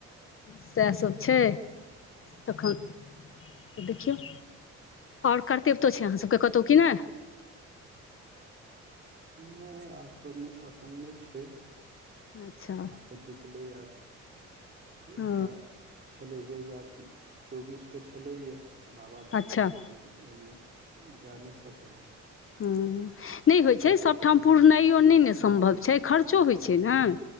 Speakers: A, on the left; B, on the right.
A: सएह सब छै तखन तऽ देखियौ आओर कर्तेव तो छै अहाँसभके कतहु क कि नहि
B: नय आब तऽ एखन नय छै
A: अच्छा
B: आब तऽ बितलै आब एकटा
A: ओ
B: छलैए इा चौबीसके छलैए बाबाधाममे
A: अच्छा
B: लेकिन ओहिमे जा नहि सकलहुँ
A: ह नहि होइत छै
B: जा
A: सभठाम
B: सकलहुँ
A: पुरनाइयो नहि ने सम्भव छै खर्चो होइत छै ने